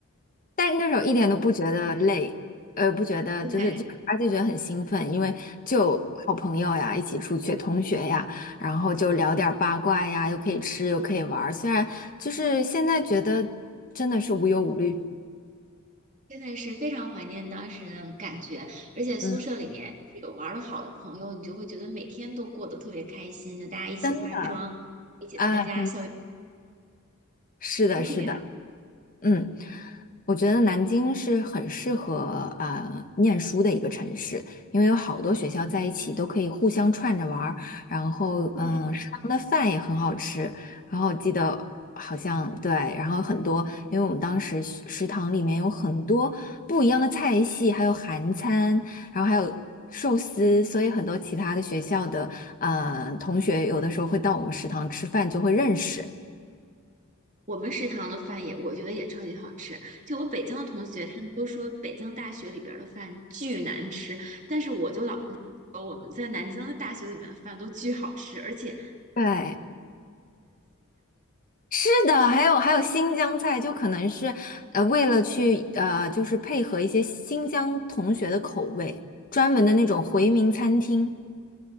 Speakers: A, on the left; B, on the right.
A: 但是那时候一点都不觉得累，呃，不觉得就是就，
B: 对，
A: 而且觉得很兴奋，因为就好朋友呀，一起出去，同学呀，然后就聊点儿八卦呀，又可以吃又可以玩儿，虽然就是现在觉得真的是无忧无虑，
B: 真的是非常怀念当时的感觉，而且宿舍里面是有玩的好的朋友，
A: 嗯，
B: 你就会觉得每天都过得特别开心，就大家一起化妆，
A: 真的
B: 一起参加校园，
A: 啊，真的是的，
B: 都特别好。
A: 是的。嗯，我觉得南京是很适合呃念书的一个城市，因为有好多学校在一起都可以互相串着玩儿，然后嗯，
B: 对，
A: 呃食堂的饭也很好吃。然后我记得好像对，然后很多，因为我们当时食食堂里面有很多不一样的菜系，还有韩餐，然后还有寿司，所以很多其他的学校的呃同学有的时候会到我们食堂吃饭，就会认识。
B: 我们食堂的饭也，我觉得也超级好吃。就我北京的同学，他们都说北京大学里边儿的饭巨难吃，但是我就老我们在南京的大学里面的饭都巨好吃，而且
A: 对，是的，还有还有新疆菜，就可能是呃为了去呃就是配合一些新疆同学的口味，专门的那种回民餐厅。